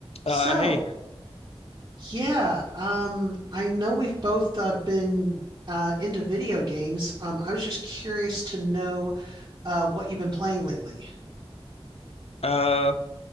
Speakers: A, on the left (about 75°); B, on the right (about 40°).
A: Uh,
B: So,
A: hey,
B: yeah, um, I know we've both uh, been uh, into video games. Um, I was just curious to know uh, what you've been playing lately.
A: uh,